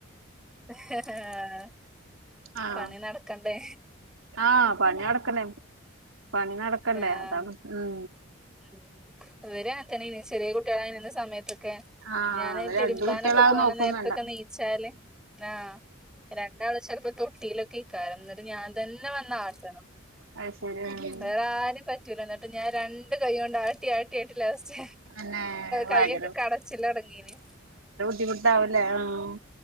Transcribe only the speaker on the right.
ആഹ്
ആഹ് പണി നടക്കണ് പണി നടക്കണ്ടേ
അതാണ് ഉം..
ആഹ്
അത് രണ്ട്
കുട്ടികളാവും
നോക്കും
വേണ്ട
അഹ് ശെരി അ..
പിന്നെ
ഭയങ്കര
ബുന്ധി മുട്ടവല്ലേ.. ഉം..